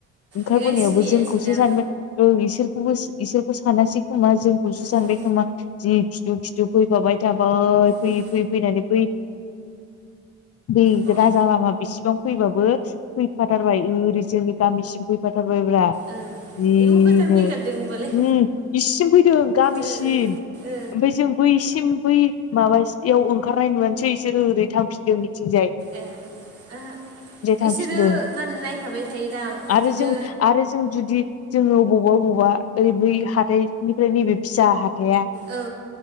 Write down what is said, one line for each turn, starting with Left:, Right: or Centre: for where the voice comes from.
Left: ओंखारबोनायावबो
Right: बेखायनो सिनायासैदां
Left: जोंखौसो सान औ इसोरखौबो इसोरखौ सानासै खोमा जोंखौसो सानबाय
Right: उम
Left: खोमा जि खिथु खिथु फैफाबाय थाबाय फैयै
Right: उम
Left: फैयै फैनानै बै दै राजाजा
Right: अ ओ ओं
Left: लामा बिसिबां फैबाबो फैफाथारबाय ओरै जोंनि गामिसिम फैफाथारबायब्रा।
Right: ओ
Left: जिनो
Right: आयौ गोजान फैथारदों
Left: उ
Right: होनबालाय ओ
Left: इसिम फैदों गामिसिम।
Right: ओ ओ
Left: ओमफ्राय जों बैसिम बै माबासेयाव ओंखारनाय नुनोसै एसेोर ओदै थांफिनदों मिथिंजाय।
Right: ए ओ
Left: थांफिनदों
Right: इसोरो मााल होनो नायफाबाय थायोदां बिदिनो
Left: आरो जों आरो जों जुदि जोङो बबावबा बबावबा ओरै बै हाथाइनिफ्राय नैबे फिसा हाथाया
Right: औ ओ